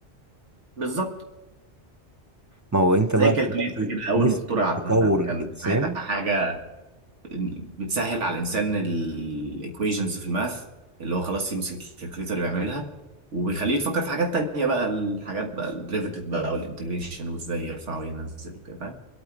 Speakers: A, on the right; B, on the right.
A: بالظبط
B: ما هو انت
A: زي
B: بقى
A: كالكوليتر
B: دلوقتي
A: كده اول
B: نسبه
A: ما اخترعت
B: تطور
A: مثلا
B: الانسان
A: كان ساعتها حاجة بتسهل على الانسان الايكويشنز في الماث اللي هو خلاص يمسك الكالكوليتر بيعملها وبيخليه يتفكر في حاجات تانية بقى الحاجات بقى الديريفيتيف بقى والانتجريشن وازاي يرفع وينزل وكده فاهم